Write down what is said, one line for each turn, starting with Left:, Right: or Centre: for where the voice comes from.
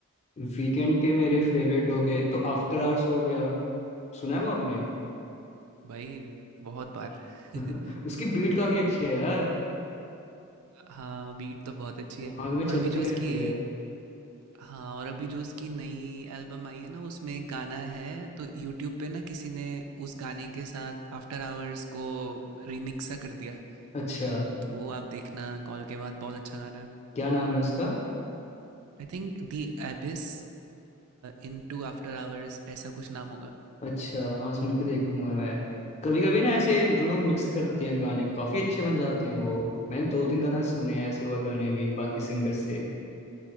Left: वीकेंड के मेरे फेवरेट हो गए एक तो आफ्टर आवर्स हो गया सुना है वो आपने
Right: भाई बहुत बार
Left: <laughs>
Right: <laughs>
Left: उसकी बीट काफी अच्छी है यार
Right: हाँ बीट तो बहुत अच्छी
Left: दिमाग
Right: है
Left: में चलती
Right: और अभी जो उसकी
Left: रहती है
Right: हाँ और अभी जो उसकी नई एल्बम आई है ना उसमें एक गाना है तो यूट्यूब पे ना किसी ने उस गाने के साथ आफ्टर आवर्स को रिमिक्स सा कर दिया
Left: अच्छा
Right: तो वो आप देखना कॉल के बाद बहुत अच्छा गाना है
Left: क्या नाम है उसका
Right: I think the Abyss into after hours ऐसा कुछ नाम होगा
Left: अच्छा हाँ सुन के देखूंगा मैं कभी कभी ना ऐसे जो लोग मिक्स करते हैं गाने काफी अच्छे बन जाते हैं वो मैंने दो तीन तरह से सुने हैं ऐसे और गाने भी बाकी सिंगर से